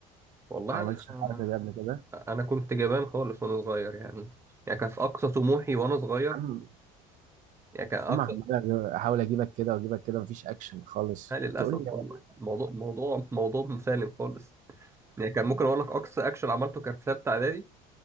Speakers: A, on the right; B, on the right.
A: والله
B: ما عملتش
A: أنا
B: الحركه دي قبل كده
A: أنا كنت جبان خالص وأنا صغير يعني يعني كان في أقصى طموحي وأنا صغير
B: عم
A: يعني كان
B: عم
A: أقصى
B: عمال احاول اجيبك كده واجيبك كده مفيش اكشن خالص
A: لا للأسف
B: بتقول لي
A: والله الموضوع موضوع موضوع مسالم خالص يعني كان ممكن أقول لك أقصى أكشن عملته كان في ثالثة إعدادي